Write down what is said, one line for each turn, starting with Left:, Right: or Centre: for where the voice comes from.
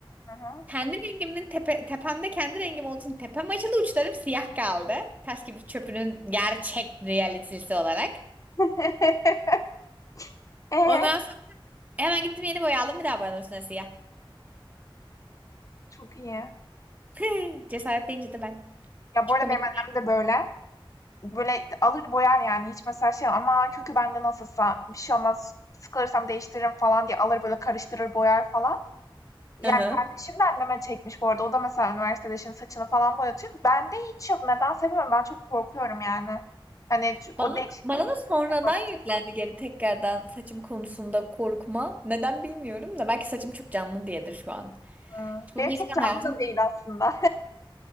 Left: Hı hı.
Right: Kendi rengimin tepe, tepemde kendi rengim olduğu için tepem açıldı uçlarım siyah kaldı. Taş gibi çöpünün gerçek realitesi olarak.
Left: <laughs> Eee?
Right: Ondan sonra hemen gittim yeni boya aldım bir daha boyadım üstüne siyah.
Left: Çok iyi.
Right: <laughs> Cesaret deyince de ben.
Left: Ya,
Right: Çok
Left: bu arada
Right: komik.
Left: benim annem de böyle. Böyle alır boyar yani hiç mesela şey ama kökü bende nasılsa bir şey olmaz sıkılırsam değiştiririm falan diye alır böyle karıştırır boyar falan. Yani
Right: Hı hı.
Left: kardeşim de anneme çekmiş bu arada. O da mesela üniversitede şimdi saçını falan boyatıyor. Bende hiç yok. Nedense bilmiyorum. Ben çok korkuyorum yani. Hani çünkü o
Right: Bana,
Left: değişiklik
Right: bana da sonradan
Left: bugün mü var acaba?
Right: yüklendi geri tekrardan saçım konusunda korkma. Neden bilmiyorum da belki saçım çok canlı diyedir şu an.
Left: Hı.
Right: Bu
Left: Benim
Right: bir ilişkin
Left: çok canlı
Right: hayatım
Left: da değil aslında.